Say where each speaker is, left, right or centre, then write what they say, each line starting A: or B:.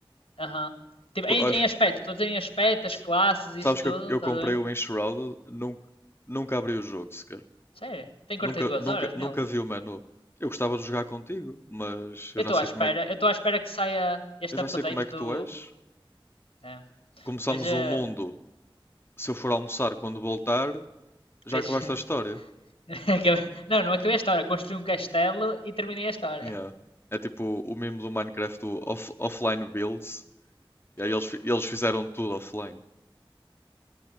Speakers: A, on the left (about 80°); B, on the left (about 25°).
A: Aham. Tipo,
B: Pô,
A: em,
B: olha,
A: em aspecto, todos em aspecto, as
B: s-
A: classes,
B: sabes
A: isso tudo,
B: que eu, eu
A: estás
B: comprei
A: a ver?
B: o Enshrouded, nunca, nunca abri o jogo sequer.
A: Sério, tem quarenta
B: Nunca,
A: e duas
B: nunca,
A: horas
B: nunca
A: nele.
B: vi o menu. Eu gostava de jogar contigo, mas eu
A: Eu
B: já
A: estou
B: sei
A: à espera,
B: como é que,
A: eu estou à espera que saia este
B: eu já
A: update
B: sei como é que
A: do.
B: tu és.
A: é,
B: Começamos
A: Mas eh,
B: um mundo se eu for almoçar quando voltar, já
A: deixa-
B: acabaste a história.
A: <laughs> Não, não acabei a história. Construí um castelo e terminei a história.
B: Yeah. É tipo o meme do Minecraft do off- offline builds. E aí eles, fi- eles fizeram tudo offline.